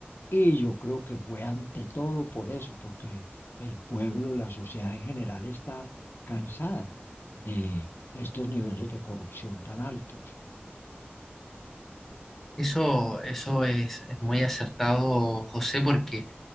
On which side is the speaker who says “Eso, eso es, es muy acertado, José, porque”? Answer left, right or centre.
Centre